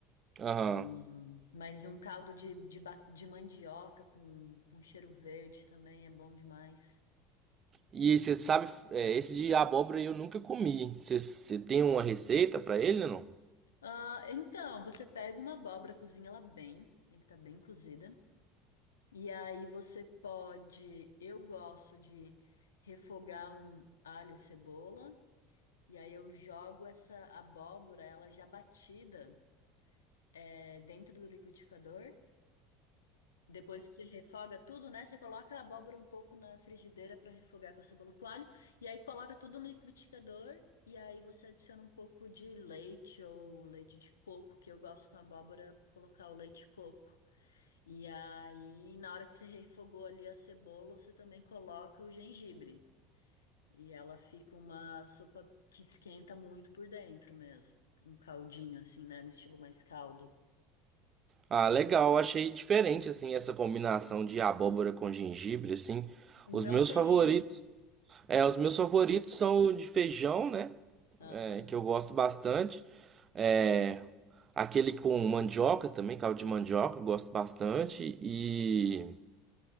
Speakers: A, on the right; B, on the left.
A: Aham.
B: Hum, Mas um caldo de, de, ba- de mandioca com, com cheiro verde também é bom demais.
A: E você sabe, é, esse de abóbora eu nunca comi. Você você tem uma receita pra ele, não?
B: Ah, então, você pega uma abóbora, cozinha ela bem, tem que estar bem cozida. E aí você pode, eu gosto de refogar um alho e cebola. E aí eu jogo essa abóbora, ela já batida, é, dentro do liquidificador. Depois que você refoga tudo, né? Você coloca a abóbora um pouco na frigideira para refogar com a cebola e coalho. E aí coloca tudo no liquidificador. E aí você adiciona um pouco de leite ou leite de coco, que eu gosto com abóbora colocar o leite de coco. E aí, na hora que você refogou ali a cebola, você também coloca o gengibre. E ela fica uma sopa que esquenta muito por dentro mesmo. Um caldinho assim, né? No estilo mais caldo.
A: Ah, legal, achei diferente assim essa combinação de abóbora com gengibre assim.
B: Não
A: Os meus
B: tem
A: favoritos,
B: erro.
A: é, os meus favoritos são o de feijão, né?
B: Aham.
A: É, que eu gosto bastante. É, aquele com mandioca também, caldo de mandioca, eu gosto bastante e